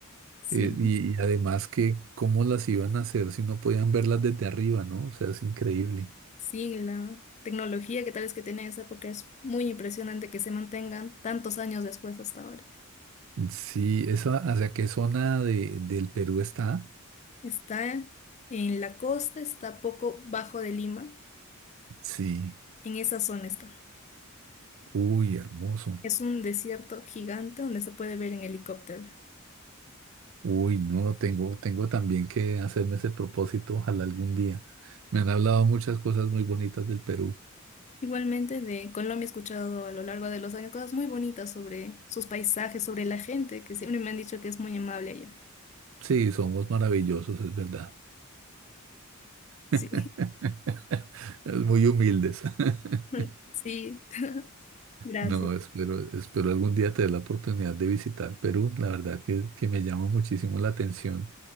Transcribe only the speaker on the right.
Eh, y, y además que cómo las iban a hacer si no podían verlas desde arriba, ¿no? O sea, es increíble.
Sí, esa, ¿hacia qué zona de, del Perú está?
Sí.
Uy, hermoso.
Uy, no, tengo, tengo también que hacerme ese propósito, ojalá algún día. Me han hablado muchas cosas muy bonitas del Perú.
Sí, somos maravillosos, es verdad.
<laughs> Es muy humildes. <laughs>
No, espero, espero algún día tener la oportunidad de visitar Perú. La verdad que, que me llama muchísimo la atención